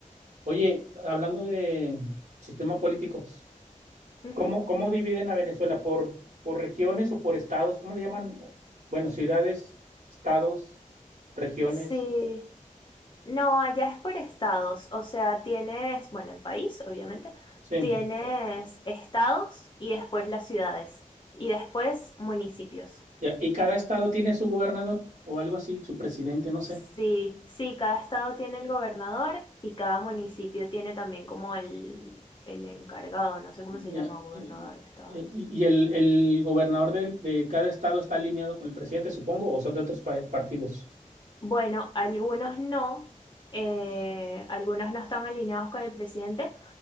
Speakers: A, on the right; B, on the left.
A: Oye, hablando de sistema político,
B: Ujú.
A: ¿cómo, cómo dividen a Venezuela? ¿Por, por regiones o por estados? ¿Cómo le llaman? Bueno, ciudades, estados, regiones.
B: Sí, no, allá es por estados, o sea, tienes, bueno, el país, obviamente,
A: Sí,
B: tienes estados y después las ciudades y después municipios.
A: ya. ¿Y cada estado tiene su gobernador o algo así, su presidente, no
B: Sí,
A: sé?
B: sí, cada estado tiene el gobernador y cada municipio tiene también como el, el encargado, no sé cómo
A: Ya.
B: se llama, gobernador
A: ¿Y,
B: de estado,
A: y-
B: no sé.
A: y el, el gobernador del- de, cada estado está alineado con el presidente, supongo, o son de otros pa- partidos?
B: Bueno, algunos no, eh, algunos no están alineados con el presidente,